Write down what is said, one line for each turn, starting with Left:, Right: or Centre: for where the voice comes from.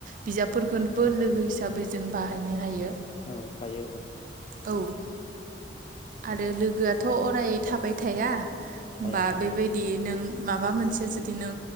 Right: बिजाबफोरफोरखौबो लोगो हिसाबै जों बाहायनो हायो।
Left: औ हायो औ
Right: औ आरो लोगोआथ' अराय थाबाय थाया। होमबा
Left: थाया ओहो
Right: बेबायदि नों माबा मोनसे जुदि नों